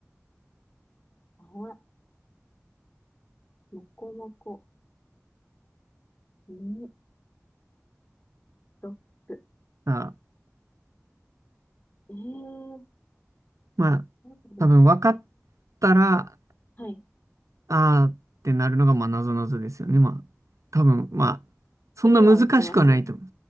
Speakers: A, on the left; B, on the right.
A: 泡、もこもこ、犬、ドッグ。
B: さあ、
A: えー、
B: まあ、
A: どう出てくる
B: 多分分かったら、
A: はい。
B: あーってなるのが、まあ、なぞなぞですよね。まあ、多分、まあ、そんな難しくはないと思う。
A: 国は落ちます。